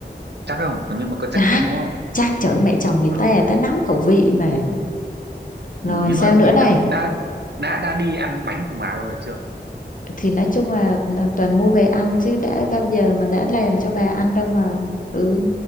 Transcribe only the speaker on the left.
chắc
chắc trời ơi, mẹ chồng người
ta người ta nắm khẩu vị mà rồi
sao
nữa
này
thì nói chung là, là toàn mua về ăn chứ đã bao giờ mà đã làm cho bà ăn đâu mà ừ